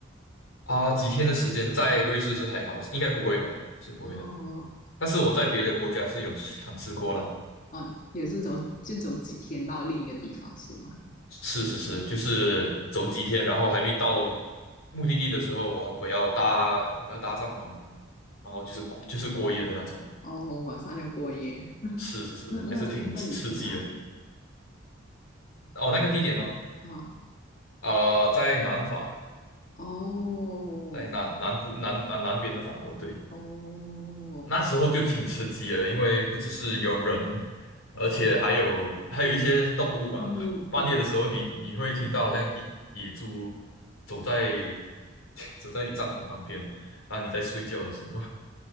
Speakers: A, on the left (about 85°); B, on the left (about 40°).
A: 啊，几天的时间在瑞士是还好，应该不会吧？是不会的。
B: 哦哦，
A: 但是我在别的国家是有尝试过了，
B: 哦也是走就走几天到另一个地方是吗？
A: 是是是，就是走几天，然后还没到目的地的时候，我我要搭我要搭帐篷，然后就是就是过夜的那种。
B: 哦，晚上要过夜。
A: 是是是，
B: 那那那你是哪里
A: 还是挺刺激的。哦，那个地点吗？
B: 啊？
A: 啊、在南法，
B: 哦
A: 在南南部南啊、南边的法国。对，
B: 哦，
A: 那时候就挺刺激的，因为不只是有人，而且还有还有一些动物吧。
B: 动物对吧？
A: 半夜的时候你，你会听到好像野野猪走在 <laughs> 走在你帐篷旁边，当你在睡觉的时候，